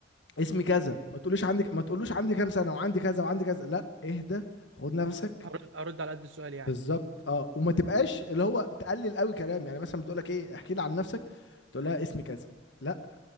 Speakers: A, on the left; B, on the right.
A: اسمي كذا ما تقولوش عندي ما تقولوش عندي كام سنه وعندي كذا وعندي كذا لا اهدى خد نفسك
B: ارد ارد على قد السؤال يعني
A: بالظبط اه وما تبقاش اللي هو تقلل قوي كلام يعني مثلا بتقول لك ايه احكي لي عن نفسك تقول لها اسمي كذا لا